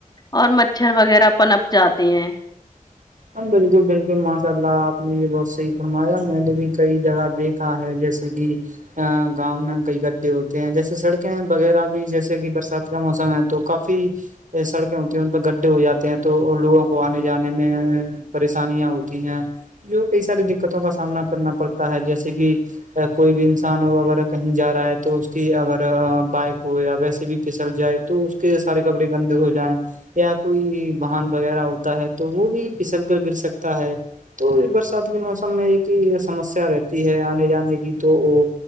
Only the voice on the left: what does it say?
اور مچھر وغیرہ پنپ جاتے ہیں